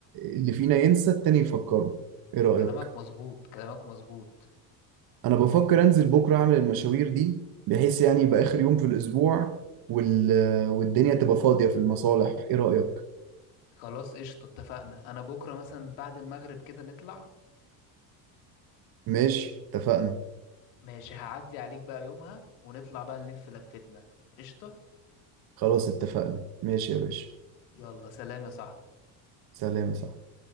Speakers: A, on the right; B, on the left.
A: اللي فينا ينسى التاني يفكره ايه رأيك
B: كلامك مظبوط كلامك مظبوط
A: انا بفكر انزل بكرة اعمل المشاوير دي بحيث يعني يبقى اخر يوم في الاسبوع وال... والدنيا تبقى فاضية في المصالح ايه رأيك
B: خلاص قشطة اتفقنا انا بكرة مثلا بعد المغرب كده نطلع
A: ماشي اتفقنا
B: ماشي هعدي عليك بقى يومها ونطلع بقى نلف لفتنا قشطة
A: خلاص اتفقنا ماشي يا باشا
B: يلا سلام يا صاحبي
A: سلام يا صاحبي